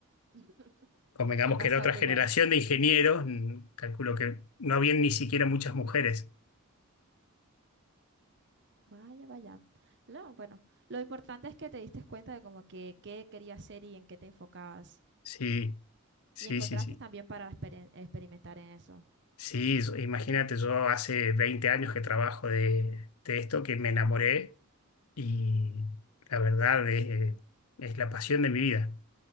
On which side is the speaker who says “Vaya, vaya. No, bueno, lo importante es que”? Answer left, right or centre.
Right